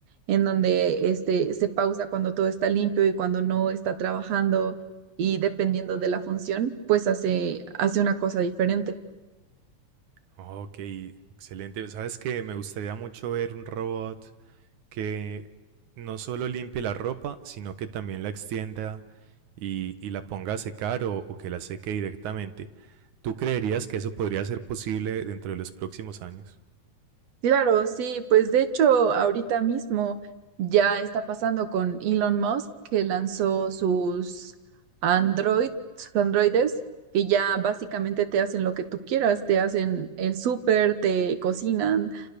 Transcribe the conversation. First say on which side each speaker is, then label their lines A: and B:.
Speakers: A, on the right; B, on the right.
A: en donde este, se pausa cuando todo está limpio y cuando no está trabajando y dependiendo de la función, pues hace, hace una cosa diferente.
B: Ok, excelente. Sabes que me gustaría mucho ver un robot que no solo limpie la ropa, sino que también la extienda y, y la ponga a secar o, o que la seque directamente. ¿Tú creerías que eso podría ser posible dentro de los próximos años?
A: Claro, sí, pues de hecho ahorita mismo ya está pasando con Elon Musk que lanzó sus Android, sus androides y ya básicamente te hacen lo que tú quieras, te hacen el súper, te cocinan,